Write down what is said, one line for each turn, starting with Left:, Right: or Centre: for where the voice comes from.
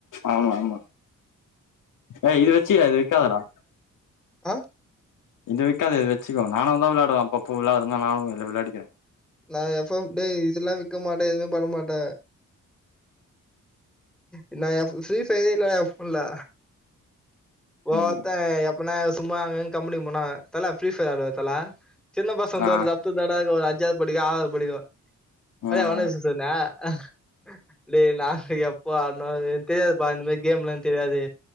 Left: ஆமா ஆமா ஏ இது வச்சுகிறா அது வெக்காதடா
Centre: ஆஹ்
Left: இதந்த வெக்காத இத வச்சகோ நானு தா விளாடுவ அப்பப்போ விளாடுதுனா நானு இல்ல விளாடிகிற
Centre: நா எஃப் எம் டே இதுல்லா விக்க மாட்டே எதுமே பண்ண மாட்ட என்னயா ஃபு ஃபீஸ் பேல ஃபுல்லா ஓர்த்த
Left: ம்
Centre: எப் இப்ப நா எதாது சும்மா அங்கங் கம்முன்னு இருப்பனா தல ஃப்ரீ ஃபர் ஆடுவ தல சின்ன பசந் தோர்தா
Left: ஆ
Centre: அப்புதாடாருக்கு ஒர் த் படிக்கு ஆறாது படிக்கு
Left: ம்
Centre: வாயா ஒன் வெசஸ் ஒன்னு அ லே நா எப் பா நா என்க் தெரியாது பா இந்த மார் கேம்லா தெர்யாதெ